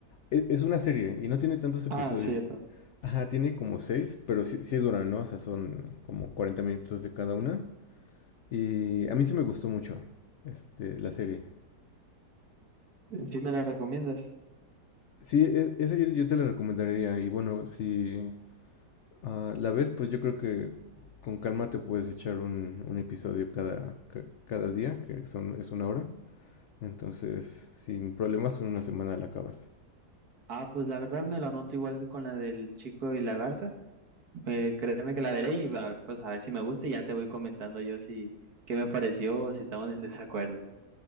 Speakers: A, on the left; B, on the right.
A: e- es una serie y no tiene tantos episodios.
B: Ah, cierto.
A: Ajá, tiene como seis, pero sí, sí duran, ¿no? O sea, son como 40 minutos de cada una. Y a mí sí me gustó mucho este, la serie.
B: ¿Sí me la recomiendas?
A: Sí, e- esa yo, yo te la recomendaría. Y bueno, si, Ah, la vez, pues yo creo que con calma te puedes echar un, un episodio cada, ca- cada día, que son, es una hora. Entonces, sin problemas, en una semana la acabas.
B: Ah, pues la verdad me la anoto igual que con la del chico y la garza. Eh, créeme que la veré y va, pues a ver si me gusta y ya te voy comentando yo si qué me pareció o si estamos en <laughs> desacuerdo.